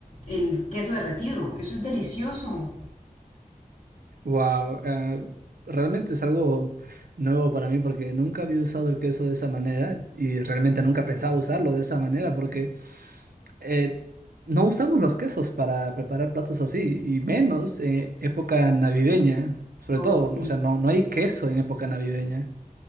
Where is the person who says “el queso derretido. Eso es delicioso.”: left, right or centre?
Left